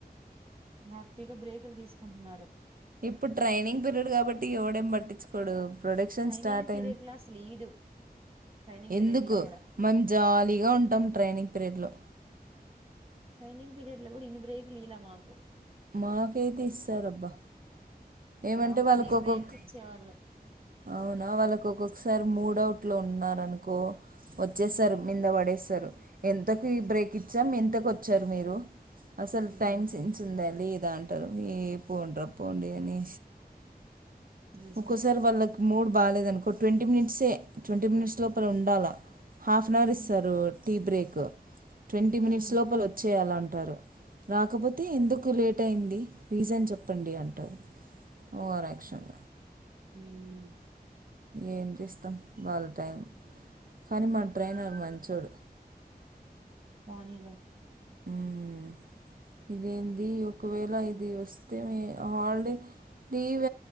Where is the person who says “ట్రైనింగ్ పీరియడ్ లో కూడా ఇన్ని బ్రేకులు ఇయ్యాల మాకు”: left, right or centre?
Right